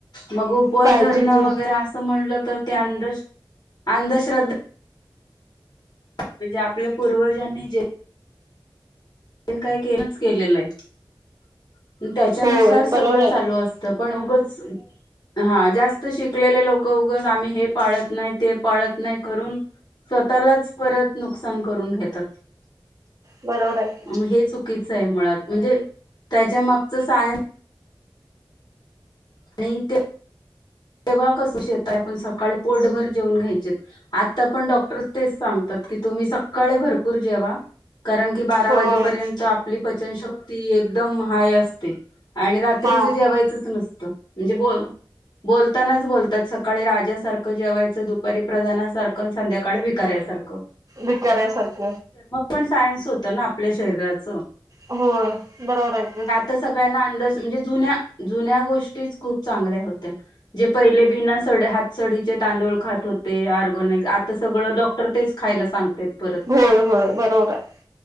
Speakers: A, on the left (about 55°); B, on the right (about 40°).
A: मग उपवास
B: पाहिजे
A: धरण
B: की
A: वगैरे असं म्हटलं तर ते अं अंधश्रद्धा म्हणजे आपल्या पूर्वजांनी जे काही <unintelligible> केलेलं आहे त्याच्यानुसार
B: होय बरोबर
A: सगळं
B: आहे
A: चालू
B: की
A: असत त, पण उगंच हा जास्त शिकलेले लोक उगच आम्ही हे पाळत नाही, ते पाळत नाही, करून स्वतःलाच परत नुकसान करून घेतात.
B: बरोबर आहे. की
A: म हे चुकीच आहे मुळात, म्हणजे त्याच्या मागच सायन्स आणि ते तेव्हा कसं शेतात आपण सकाळी पोटभर जेवन घ्यायचेत आता पण डॉक्टर तेच सांगतात की तुम्ही सकाळी भरपूर जेवा कारण की बारा
B: होय
A: वाजेपर्यंत आपली पचनशक्ती एकदम हाय असते आणि रात्रीच
B: हा
A: जेवायचंच नसतं, म्हणजे ब बोलतानाच बोलतात सकाळी राजासारखं जेवायचं, दुपारी प्रधानासारखं पण संध्याकाळी भिकार्यासारखं.
B: भिकाऱ्यासारख.
A: तर मग पण सायन्स होतं ना आपल्या शरीराचं.
B: होय बरोबर आहेे की.
A: त सगळ्यांना आंद म्हणजे जुन्या जुन्या गोष्टीच खूप चांगल्या होत्या जे पहिले बिना स हात सडीचे तांदूळ खात होते ऑर्गनिक, आता सगळं डॉ तर तेच खायला सांगतेत परत
B: होय होय बरोबर हाय.